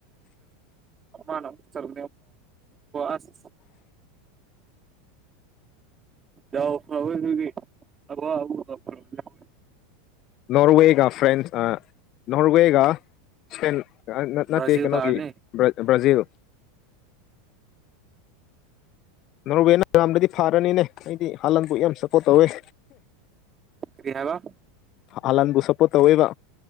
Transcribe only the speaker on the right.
ꯑꯅ ꯆꯔ ꯑꯁ ꯌꯥꯎ ꯐꯔꯗꯤ ꯑꯋꯥ ꯐꯔ
ꯕ꯭ꯔꯥꯖꯤꯜ
ꯇꯥꯔꯅꯤ
ꯀꯔꯤ ꯍꯥꯏꯕ